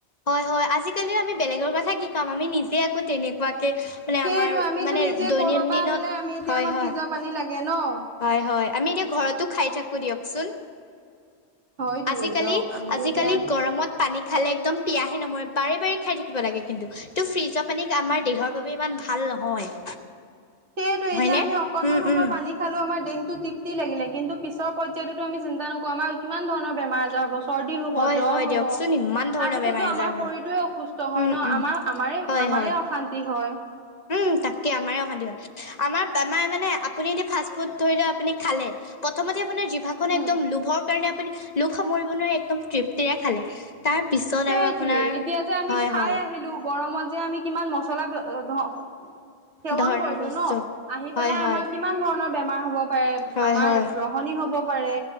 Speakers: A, on the left; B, on the right.
A: হয় হয় আজিকালি আমি বেলেগৰ কথা কি কম আমি নিজে আকৌ তেনেকুৱাকে মানে
B: সেইটো
A: আমাৰ
B: আমিতো
A: মানে
B: নিজে
A: দৈনন্দিনত
B: কৰবাৰ পৰা আহিলে আমি এতিয়া
A: হয়
B: আমাৰ
A: হয়
B: ফ্ৰিজৰ পানী লাগে ন।
A: হয়, হয়, আমি এতিয়া ঘৰতো খাই থাকোঁ দিয়কচোন।
B: হয় দুয়ে
A: আজিকালি!
B: দিয়ক আমিতো
A: আজিকালি
B: এতিয়া
A: গৰমত, পানী খালে একদম পিয়াহে নমৰে! বাৰে বাৰে খাই থাকিব লাগে! কিন্তু, ত' ফ্ৰিজৰ পানী আমাৰ দেহৰ বাবে ইমান ভাল নহয়।
B: সেইটো
A: হয়নে
B: এতিয়া আমি অকনমান
A: উম
B: সময়
A: উম
B: পানী, খালো আমাৰ দেহটো তৃপ্তি লাগিলে। কিন্তু পিছৰ পয্যায়তো আমি চিন্তা নকৰো আমাৰ কিমান ধৰণৰ বেমাৰ আজাৰ হব। চৰ্দি হব,
A: হয়
B: জ্বৰ
A: হয়
B: হ'ব!
A: দিয়কচোন ইমান ধৰণৰ
B: তাৰপিছতো
A: বেমাৰ
B: আমাৰ
A: আজাৰ হয়
B: শৰীৰটোৱে অসুস্থ হয়
A: উম
B: ন।
A: উম
B: আমাৰ আমাৰে
A: হয়
B: আমাৰে
A: হয়
B: অশান্তি হয়!
A: উম তাকে আমাৰ অশান্তি হয়। আমাৰ আমাৰ মানে আপুনি এতিয়া ফাষ্ট ফুড ধৰি লও আপুনি খালে! প্ৰথমতে আপোনাৰ জিভা খন
B: হম
A: একদম লোভৰ কাৰণে আপুনি লোভ সামৰিব নোৱাৰে একদম তৃপ্তিৰে খালে! তাৰ পিছত
B: সেইটোৱে
A: আৰু আপোনাৰ
B: এতিয়া যে আমি
A: হয়
B: খাই
A: হয়!
B: আহিলো গৰমত যে আমি কিমান মচলা <unintelligible> সেৱন
A: ধৰণৰ
B: কৰিলো
A: বস্তু
B: ন, আহি
A: হয়
B: পেলাই
A: হয়
B: আমাৰ কিমান ধৰণৰ বেমাৰ হ'ব পাৰে।
A: হয়
B: মাৰ
A: হয়
B: গ্ৰহণী হ'ব পাৰে,